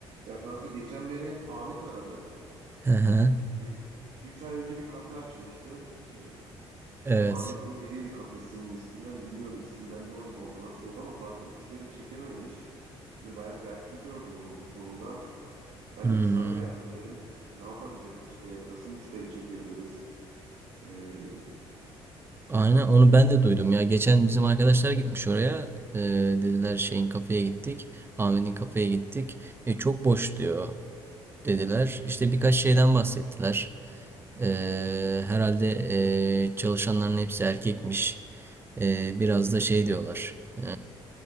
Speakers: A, on the right; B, on the right.
A: Ya kanka geçen beni Ahmet aradı.
B: Hı hı.
A: İşte iki üç ay önce bir kafe açmıştı. Ee,
B: Evet.
A: Ahmet'in yeriydi kafesinin ismi. Hani bilmiyorum isimden dolayı mı oldu nasıl oldu ama fazla müşteri çekememiş. Hani bayağı dertli gördüm onu bu konuda. Ben
B: Hmm.
A: de bir sana geldim dedim. Ne yapabiliriz işte nasıl müşteri çekebiliriz? Ee,
B: Aynen onu ben de duydum ya. Geçen bizim arkadaşlar gitmiş oraya. Ee, dediler şeyin kafeye gittik. Ahmet'in kafeye gittik. E, çok boş diyor. dediler. İşte birkaç şeyden bahsettiler. Ee, herhalde ee, çalışanların hepsi erkekmiş. Ee, biraz da şey diyorlar. ee,